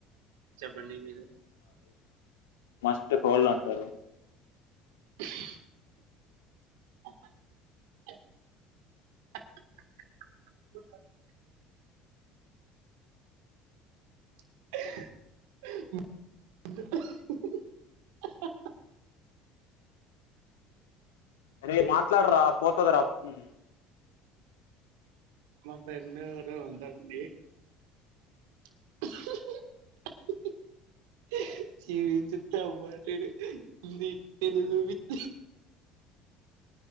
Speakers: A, on the right; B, on the left.
A: చెబ్బడి మీరే
B: మస్తు హోల్ అంటారు
A: <inaudible> <inaudible> <inaudible>
B: అరె మాట్లాడారా పోతది రా ఉమ్
A: మా ఫ్రెండ్ ఊరు ఉంటుంది <inaudible> జీవిత తబట హిందీ తెలుగు విత్